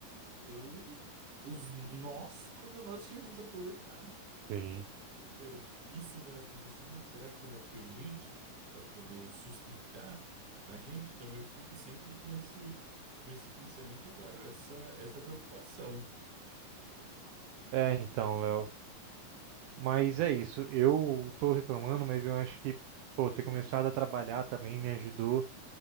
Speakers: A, on the right; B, on the right.
A: o, os nós quando nós estivermos aposentados.
B: sim.
A: Eu, isso vai acontecer mesmo? Será que vai ter gente para poder sustentar a gente? Então eu fico sempre com esse, com esse pensamento e, claro, essa, essa preocupação,
B: É, então, Léo. Mas é isso. Eu tô reclamando, mas eu acho que, pô, ter começado a trabalhar também me ajudou.